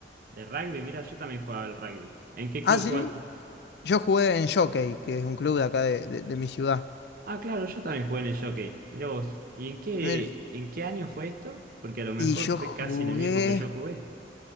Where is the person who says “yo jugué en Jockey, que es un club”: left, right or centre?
Left